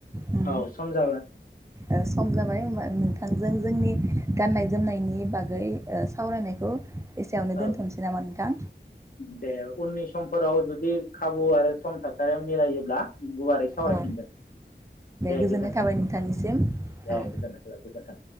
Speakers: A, on the right (about 15°); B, on the left (about 50°).
A: उम
B: औ सम जाबाय।
A: ओ सम जाबाय होमबा नोंथां। जों जोंनि गाननाय जोमनायनि बागै सावरायनायखौ एसेयावनो दोनथ'नोसै
B: औ
A: नामा नोंथां
B: दे उननि समफोराव जुदि। जुदि खाबु आरो सम थासारिया मिलायोब्ला गुवारै सावरायफिनगोन
A: औ
B: दे
A: गोजोननाय
B: गोजोन्थों
A: थाबाय नोंथांनिसिम
B: दे
A: औ
B: गोजोनाय गोजोन्थों।